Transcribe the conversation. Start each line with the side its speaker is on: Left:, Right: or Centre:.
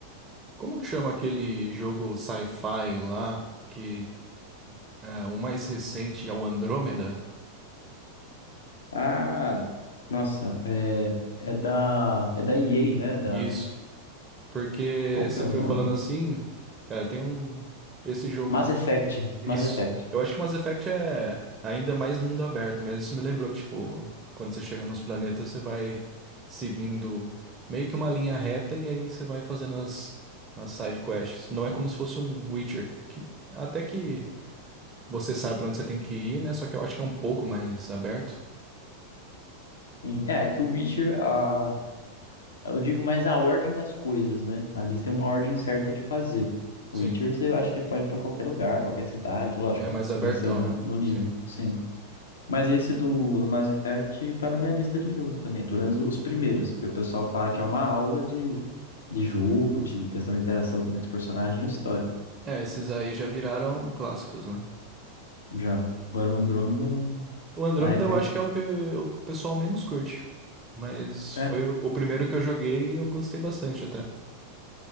Right: Como que chama aquele jogo sci-fi lá que ah, o mais recente é o Andrômeda?
Left: Ah, nossa, é, é da é da EA, né? Da
Right: Isso. Porque
Left: qual que
Right: você
Left: é o
Right: foi
Left: nome?
Right: falando assim, é, tem um esse jogo
Left: Mass
Right: que
Left: Effect,
Right: Isso.
Left: Mass Effect.
Right: Eu acho que Mass Effect é ainda mais mundo aberto, mas isso me lembrou que, tipo, quando você chega nos planetas, você vai seguindo meio que uma linha reta e aí você vai fazendo as, as side quests. Não é como se fosse um Witcher, que até que você sabe pra onde você tem que ir, né? Só que eu acho que é um pouco mais aberto.
Left: Em- É, é que o Witcher, a, eu digo mais a ordem das coisas, né? Ali tem uma ordem certa de fazer. O
Right: Sim.
Left: Witcher, você acha que pode ir pra qualquer lugar, qualquer cidade, lógico,
Right: É mais abertão,
Left: pensando
Right: né?
Left: no nível,
Right: Sim.
Left: sim. Mas esse do, do Mass Effect tá na minha lista de jogos também, pelo menos os primeiros, porque o pessoal fala que é uma aula de, de jogo, de questão de interação também com os personagens e história.
Right: É, esses aí já viraram clássicos, né?
Left: Já. Agora o Andrômeda eu não.
Right: O Andrômeda
Left: Na época.
Right: eu acho que é o que o que o pessoal menos curte. Mas
Left: É.
Right: foi o o primeiro que eu joguei e eu gostei bastante até.